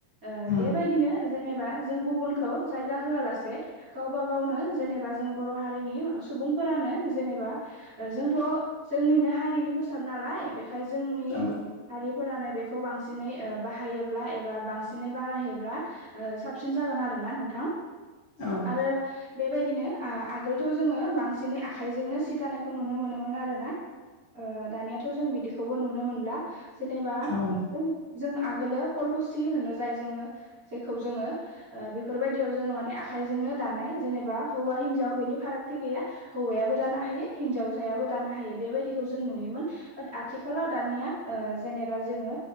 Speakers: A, on the right; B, on the left.
A: ओ
B: उम
A: बेबायदिनो जेनेबा बा गुबुनखौ जायगा होआलासे गावबा-गावनो जेनेबा जों बर' हारिनि सुबुं। फोरानो जेनेबा जोंथ' जोंनिनो हारिनि फोसाब नालाय बोय जोंनि
B: औ
A: आरफोरानो नैबेबेखौ। खौ बांसिनै बाहायोब्ला एबा बांसिनै बानायोबब्ला साबसिन जागोन आरोोना नोंथां।
B: औ
A: आरो बेबायदि दिनो आगोलथ' जोङो बांसिनै आखाइजोंनो सि दानायखौ नुनो मोनोमोन आरोना। ओ दानियाथ' जों बिदिखौबो नुनो मोनला जेनेबा
B: औ
A: जों आगोलो खलखुसि होनो जाय जोङो जेखौ जोङो ओ बेफोरबायदियाव जोङो माने आखायजोंनो दानाय जेनेबा हौवा-हिनजाव बेनि फारागथि गैया हौवायाबो दानो हायो हिनजावसायाबो दानो हायो बेबायदि। खौ जों नुयोमोन बाथ आथिख आथिखालाव दानिया ओ जेनेबा जोङो